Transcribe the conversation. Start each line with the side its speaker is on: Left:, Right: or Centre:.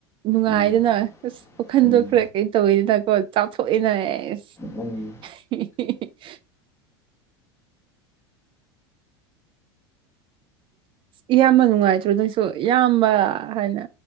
Right: ꯅꯨꯡꯉꯥꯏꯗꯅ
Left: ꯎꯝ
Right: ꯑꯁ ꯋꯥꯈꯟꯗꯣ
Left: ꯎꯝ
Right: ꯈꯔ ꯀꯩ ꯇꯧꯋꯤꯗꯅꯀꯣ ꯆꯥꯎꯥꯊꯣꯛꯏꯅ ꯑꯦꯁ
Left: ꯎꯝ
Right: <unintelligible> ꯏꯌꯥꯝꯕ ꯅꯨꯡꯉꯥꯏꯇ꯭ꯔꯣ ꯅꯣꯏꯁꯨ ꯏꯌꯥꯝꯕ ꯍꯥꯏꯅ